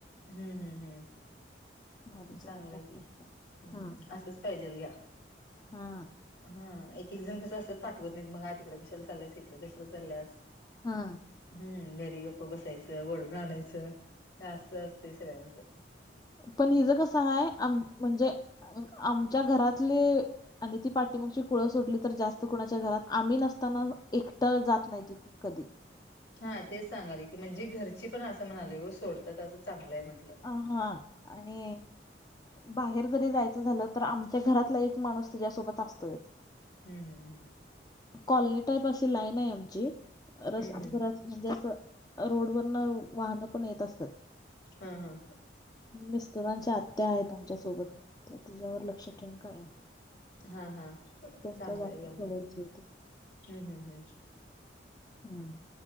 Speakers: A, on the left; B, on the left.
A: हम्म हम्म हम्
B: भाभीसोबत
A: चांगलंय
B: जास्त
A: की
B: असतं
A: हम्
B: हा
A: असंच पाहिजेल घ्या
B: हा
A: हा एक एक जण कसं असतात पाठवत नाहीत मग आ तिकडे कशाला चालीयास इकडें कशाला चालीयास.
B: हा!
A: हम्म घरी गप्पा बसायचं वढून आणायचं हे असंच असतंय सगळ्यांचं.
B: पण हिज कसं आहे म्हणजे आ आमच्या घरातले आणि ती पाठीमागची कुळं सोडली तर जास्त कुणाच्या घरात आम्ही नसताना एकटं जात नाही ती कधी.
A: हा तेच सांगायलोय की म्हणजे घरची पण असं म्हणाले व सोडतात असं चांगलंय म्हटलं.
B: अ हा आणि बाहेर जरी जायचं झालं तर आमच्या घरातला एक माणूस तिच्यासोबत असतोय.
A: हम् हम् हम!
B: कॉलनी टाईप अशी लाईन आहे आमची रस
A: हम्म हम्म हम्म
B: रस म्हणजे असं रोड वरन वाहनं पण येत असतात.
A: हा हा!
B: मिस्टरांच्या आत्या आहेत आमच्या सोबत त्या तिच्यावर लक्ष ठेवून कायम
A: हा हा
B: त्यांच्या
A: चांगला
B: जास्त
A: आहे ग
B: सवयीचे
A: मग हम् हम् हम्म.
B: हम्!